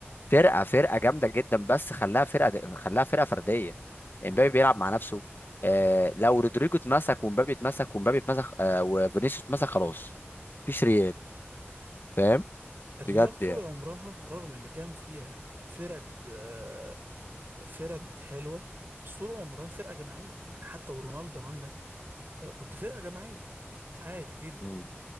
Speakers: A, on the left (about 50°); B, on the right (about 50°).
A: فرقه فرقه جامده جدا بس خلاها فرقه خلاها فرقه فرديه امبابي بيلعب مع نفسه آه لو رودريجو اتمسك ومبابي اتمسك ومبابي اتمسك آه وفينيسيوس اتمسك خلاص مفيش ريال فاهم
B: الريال
A: بجد
B: طول
A: يعني
B: عمرها رغم ان كان فيها فرد آه، فرد حلوة بس طول عمرها فرقة جماعية يعني حتى ورونالدو عندك آه، كنت فرقة جماعية عادي جدا
A: مم.